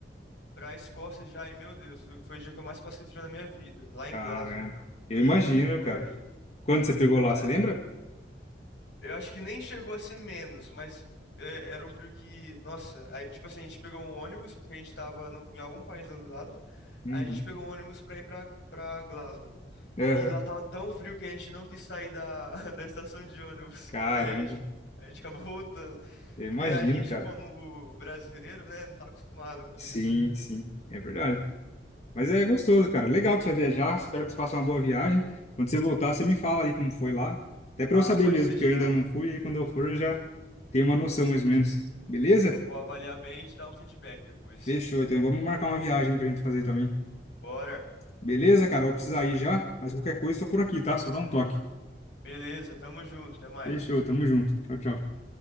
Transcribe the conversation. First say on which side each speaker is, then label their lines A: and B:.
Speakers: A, on the left; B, on the left.
A: pra Escócia já, e meu Deus, foi o dia que eu mais passei frio na minha vida, lá
B: Caramba.
A: em Glasgow. Misericórdia.
B: Eu imagino, cara. Quando você pegou lá,
A: Ah,
B: você lembra?
A: eu acho que nem chegou a ser menos, mas é, era um frio que, nossa, aí, tipo assim, a gente pegou um ônibus, porque a gente tava no- em algum país lá do lado,
B: Uhum.
A: aí a gente pegou um ônibus pra ir pra, pra Glasgow.
B: Aham.
A: E lá tava tão frio que a gente não quis sair da, <laughs> da estação de ônibus.
B: Caramba.
A: Aí a gente, a gente acabou voltando.
B: Eu imagino,
A: Porque a gente,
B: cara.
A: como brasileiro, né, não tá acostumado com
B: Sim,
A: isso.
B: sim, é verdade. Mas é gostoso, cara. Legal que você vai viajar. Espero que você faça uma boa viagem. Quando você voltar, você me fala aí como foi lá. Até para
A: Ah,
B: eu saber
A: pode
B: mesmo,
A: deixar.
B: porque eu ainda não fui. E aí quando eu for, eu já tenho uma noção mais ou menos. Beleza?
A: Eu vou avaliar bem e te dar um feedback depois.
B: Fechou. Então vamos marcar uma viagem pra gente fazer também.
A: Bora.
B: Beleza, cara? Eu vou precisar ir já. Mas qualquer coisa, estou por aqui, tá? Só dá um toque.
A: Beleza, tamo junto, até mais.
B: Fechou. Tamo junto. Tchau, tchau.